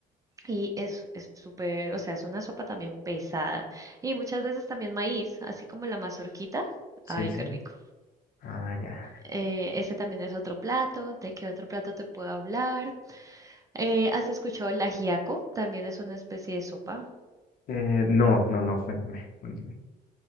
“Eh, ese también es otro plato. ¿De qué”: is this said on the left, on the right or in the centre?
Right